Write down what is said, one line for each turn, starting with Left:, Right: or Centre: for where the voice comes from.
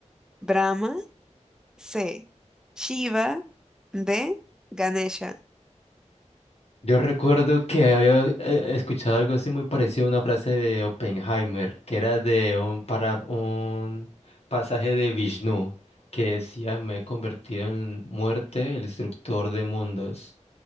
Centre: Brahma. C. Shiva. D. Ganesha.
Left: Yo recuerdo que había eh, escuchado algo así muy parecido a una frase de Oppenheimer, que era de un, para, un pasaje de Vishnu, que decía, me he convertido en muerte, el destructor de mundos.